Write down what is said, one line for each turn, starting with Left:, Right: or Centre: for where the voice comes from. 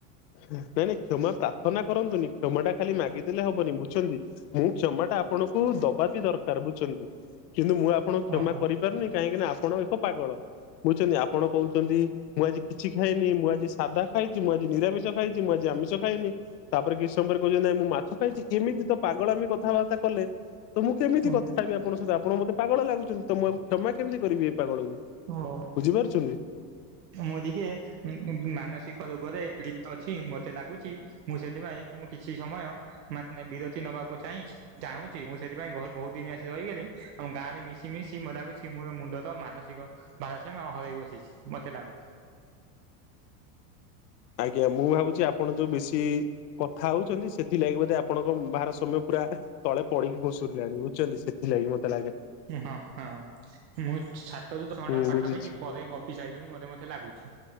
Left: ନାଇଁ ନାଇଁ କ୍ଷମା ପ୍ରାର୍ଥନା କରନ୍ତୁନି କ୍ଷମା ଟା ଖାଲି ମାଗିଦେଲେ ହବନି ବୁଝୁଛନ୍ତି। ମୁଁ କ୍ଷମା ଟା ଆପଣଙ୍କୁ ଦବା ବି ଦରକାର ବୁଝୁଚନ୍ତି କିନ୍ତୁ ମୁଁ ଆପଣ କ୍ଷମା
Right: ଓହୋ
Left: କରିପାରୁନି। କାହିଁକି ନା ଆପଣ ଏକ ପାଗଳ ବୁଝଚନ୍ତି ଆପଣ କହୁଚନ୍ତି ମୁଁ ଆଜି କିଛି ଖାଇନି ମୁଁ ଆଜି ସାଧା ଖାଇଚି। ମୁଁ ଆଜି ନିରାମିଷ ଖାଇଚି। ମୁଁ ଆଜି ଆମିଷ ଖାଇନି। ତାପରେ କିଛି ସମୟରେ କୋହୁଚନ୍ତି ନାଇଁ ମୁଁ ମାଛ ଖାଇଚି ଏମିତି ତ ପାଗଳାମି କଥାବାର୍ତ୍ତା କଲେ ତ ମୁଁ କେମିତି
Right: ଓ
Left: କଥା ହେବି ଆପଣଙ୍କ ସହିତ ଆପଣ ମତେ ପାଗଳ ଲାଗୁଚନ୍ତି ତ ମୁଁ ୟାଙ୍କୁ କ୍ଷମା କେମିତି କରିବି ଏଇ ପାଗଳକୁ
Right: ହଁ।
Left: ବୁଝି ପାରୁଚନ୍ତି।
Right: ମୁଁ ଟିକିଏ ଉଁ ଉଁ ମାନସିକ ରୋଗରେ ପୀଡିତ ଅଛି ମତେ ଲାଗୁଚି ମୁଁ ସେଥିପାଇଁ ମୁଁ କିଛି ସମୟ ମାନେ ବିରତି ନବାକୁ ଚାହିଁଚି। ଚାହୁଁଚି ମୁଁ ସେଥିପାଇଁ ଘରେ ବୋହୁତ ଦିନ ଆସି ରହିଗଲି ଆଉ ଗାଁରେ ମିଶି ମିିଶି ମତେ ଲାଗୁଚି ମୋର ମୁଣ୍ଡଟା ମାନସିକ ଭାରସାମ୍ୟ ହରେଇ ବସିଚି ମତେ ଲାଗୁଚି।
Left: ଆଜ୍ଞା ମୁଁ ଭାବୁଚି ଆପଣ ଯୋଉ ବେଶୀ କଥା ହୋଉଚନ୍ତି ସେଥିଲାଗି ବୋଧେ ଆପଣଙ୍କ ଭାରସାମ୍ୟ ପୁରା ତଳେ ପଡିକି ଘଷୁରିଲାଣି ବୁଝୁଚନ୍ତି। ଥିଲା କି ମତେ ଲାଗେ।
Right: ଉଁ ହଁ ହଁ ମୁଁ <unintelligible> ଘଣ୍ଟା ତଟା
Left: ହୁଁ
Right: ପାଖାପାଖି
Left: ବୁଝୁଛି
Right: ପରେ ଗ ପି ସାଇଲୁଣି ମତେ ମତେ ଲାଗୁଚି